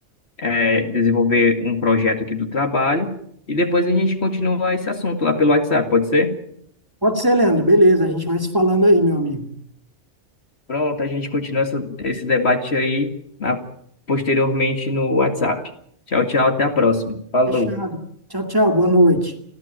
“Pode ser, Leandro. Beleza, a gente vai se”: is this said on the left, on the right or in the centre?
Right